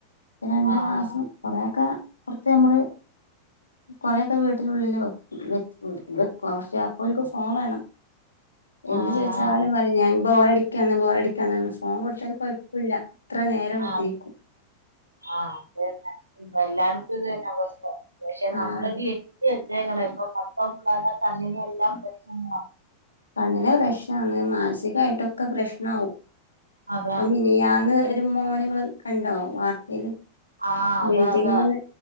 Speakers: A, on the left; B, on the right.
A: രണ്ട്
B: ആഹ് ആഹ്
A: മാസം കൊറേഒക്കെ പൊറത്ത് ഞമ്മള് കൊറെഒക്കെ വീട്ടിലുള്ളില് വെ വെ വെക്കു പക്ഷേ അപ്പോ ഓൽക്ക് ഫോം വേണം എന്ത്
B: ആഹ്
A: ചോയിച്ചാലും
B: ആഹ്
A: പറയും ഞാൻ ബോറടിക്കാണ് ബോറടി ക്കാണ് ഫോൺ കൊടുത്താരു കൊയപ്പുല്യ എത്ര നേരം കുത്തിരിക്കും
B: ആഹ് ആഹ് അതന്നെ എല്ലാട്ത്തും ഇതന്നെ അവസ്ഥ പക്ഷെ നമ്മലൊരു
A: ആഹ്
B: ലിമി റ്റ് വെച്ചേക്ണ് ഇപ്പൊ മൊത്തം കണ്ണിൻ എല്ലാം പ്രശ്നങ്ങള
A: കണ്ണിന് പ്രശ്നാണ് മാനസികായിട്ടൊക്കെ പ്രശ്നാവും
B: അതാ
A: അത് മി നി ഞാന്ന് ഒര് മോനങ്ങള് കണ്ടോ വാർത്തേല്
B: ആഹ് അതെ
A: ബിൽഡിങ്മന്ന്
B: അതെ